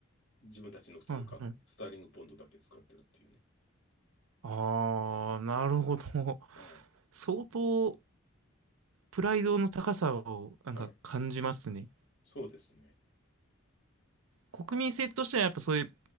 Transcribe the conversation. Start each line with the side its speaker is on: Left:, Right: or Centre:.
Left: 自分たちの普通貨、
Right: はい、はい。
Left: スターリングポンドだけ使ってるっていうね。
Right: ああ、なるほど。
Left: はい。
Right: 相当、プライドの高さをなんか感じますね。
Left: はい。そうですね。
Right: 国民性としてはやっぱそういう、